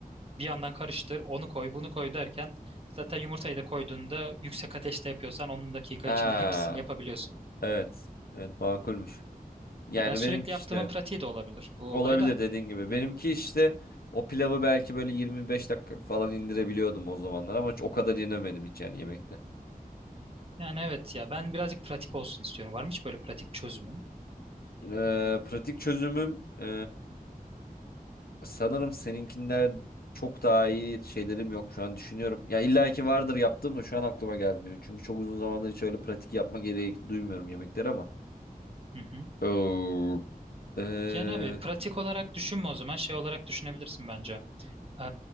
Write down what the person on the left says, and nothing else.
Ha,
evet. Evet makulmüş. Yani
benimki
işte evet.
olabilir dediğin gibi. Benimki işte o pilavı belki böyle 25 dakika falan indirebiliyordum o zamanlar ama hiç o kadar yenemedim hiç yani yemekte.
Ee, pratik çözümüm ee, Sanırım seninkinden çok daha iyi şeylerim yok şu an düşünüyorum. Ya illa ki vardır yaptığım da şu an aklıma gelmiyor. Çünkü çok uzun zamandır hiç öyle pratik yapma gereği duymuyorum yemekleri ama.
Oo. Ee,